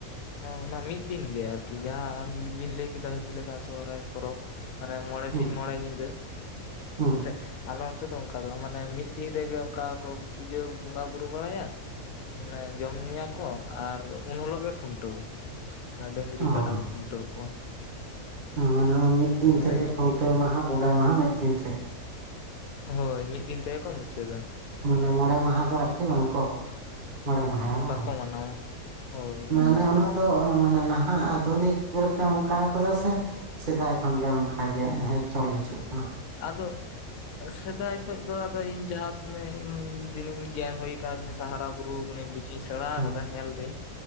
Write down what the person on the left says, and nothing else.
ᱚᱱᱟ ᱢᱤᱫ ᱫᱤᱱᱜ ᱜᱮ ᱟᱨᱠᱤ ᱡᱟᱦᱟᱸ ᱟᱵᱤᱱ ᱞᱟᱹᱭ ᱠᱮᱫᱟ ᱦᱟᱹᱛᱤ ᱞᱮᱠᱟᱱ ᱥᱚᱦᱨᱟᱭ ᱯᱚᱨᱚᱵᱽ ᱚᱱᱮ ᱢᱚᱬᱮ
ᱥᱤᱧ ᱢᱚᱬᱮ ᱧᱤᱫᱟᱹ
ᱦᱮᱸᱥᱮ ᱟᱞᱮ ᱚᱱᱛᱮ ᱫᱚ ᱚᱱᱠᱟ ᱫᱚ ᱢᱟᱱᱮ ᱢᱤᱫ ᱫᱤᱱ ᱨᱮᱜᱮ ᱚᱱᱠᱟ ᱠᱚ ᱯᱩᱡᱟᱹ ᱵᱚᱸᱜᱟ ᱵᱩᱨᱩ ᱵᱟᱲᱟᱭᱟ ᱚᱱᱮ ᱡᱚᱢ ᱧᱩᱭᱟᱠᱚ ᱟᱨ ᱩᱱ ᱦᱤᱞᱚᱜ ᱜᱮ ᱠᱷᱩᱱᱴᱟᱹᱣ ᱟᱨ ᱰᱟᱹᱝᱨᱤ
ᱠᱟᱰᱟ ᱠᱚ ᱠᱷᱩᱱᱴᱟᱹᱣ ᱠᱚᱣᱟ
ᱢᱟᱱᱮ
ᱢᱤᱫ
ᱢᱤᱫ
ᱦᱳᱭ ᱢᱤᱫ ᱫᱤᱱ ᱛᱟᱭᱚᱢ ᱠᱚ ᱢᱩᱪᱟᱹᱫᱟ ᱾
ᱵᱟᱠᱚ ᱢᱟᱱᱟᱣᱟ ᱦᱳᱭ
ᱟᱫᱚ ᱥᱮᱫᱟᱭ ᱠᱷᱚᱱ ᱫᱚ ᱟᱫᱚ ᱤᱧ ᱡᱟᱦᱟᱸᱛᱤᱱᱟᱹᱜ ᱫᱤᱱᱤᱧ ᱜᱮᱭᱟᱱ ᱦᱩᱭ ᱟᱠᱟᱫᱤᱧ ᱥᱮ ᱦᱟᱨᱟ ᱵᱩᱨᱩ ᱚᱱᱮ ᱵᱩᱡᱤᱧ ᱥᱮᱬᱟ
ᱟᱠᱟᱫᱟ ᱧᱮᱞ ᱫᱟᱹᱧ